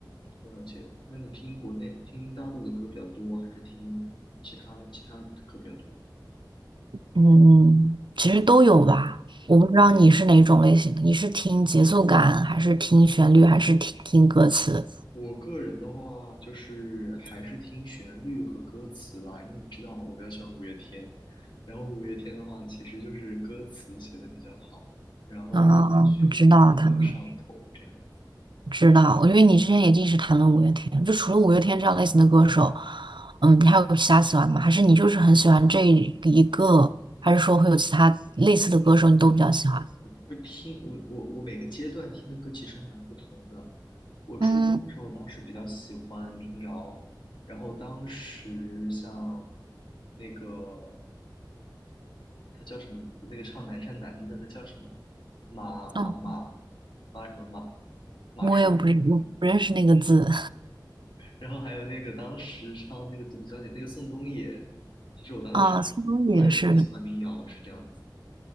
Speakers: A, on the left; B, on the right.
A: 了解。那你听国内、听大陆的歌比较多，还是听其他其他的歌比较多？
B: 嗯，其实都有吧。我不知道你是哪种类型的，你是听节奏感，还是听旋律，还是听听歌词？
A: 我个人的话，就是还是听旋律和歌词吧，因为你知道我比较喜欢五月天，然后五月天的话，其实就是歌词写的比较好，然后它的旋律感也比较上头，
B: 啊，我知道他们，
A: 这样。
B: 知道，因为你之前也一直谈论五月天，就除了五月天这样类型的歌手，嗯，你还有其他喜欢的吗？还是你就是很喜欢这一个，还是说会有其他类似的歌手你都比较喜欢？
A: 我听我我我每个阶段听的歌其实还蛮不同的。我初中的时候，
B: 嗯。
A: 当时比较喜欢民谣，然后当时像那个他叫什么名字？那个唱《南山南》的他叫什么？马马马
B: 啊，
A: 马什么马马顺还是叫什么
B: 我也不认，我不认识那个字
A: 然后还有那个当时唱那个董小姐，那个宋冬野，其实我当时对很喜欢民谣是这样子。
B: 啊，苏东雨也是的